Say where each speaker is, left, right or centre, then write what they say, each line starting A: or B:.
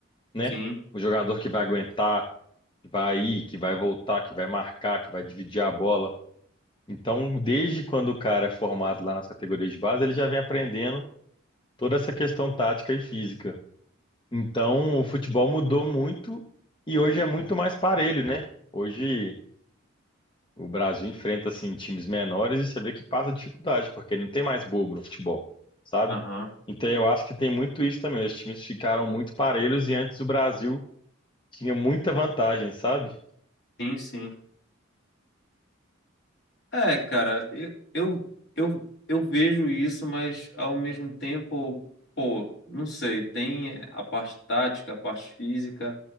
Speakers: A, on the left; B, on the left.
A: né?
B: sim,
A: O jogador que vai aguentar, que vai ir, que vai voltar, que vai marcar, que vai dividir a bola. Então, desde quando o cara é formado lá nas categorias de base, ele já vem aprendendo toda essa questão tática e física. Então, o futebol mudou muito e hoje é muito mais parelho, né? Hoje o Brasil enfrenta assim times menores e você vê que passa dificuldade, porque não tem mais bobo no futebol, sabe?
B: aham,
A: Então, eu acho que tem muito isso também. Os times ficaram muito parelhos e antes o Brasil tinha muita vantagem, sabe?
B: sim, sim. É, cara, eu, eu, eu, eu vejo isso, mas ao mesmo tempo, pô, não sei, tem a parte tática, a parte física,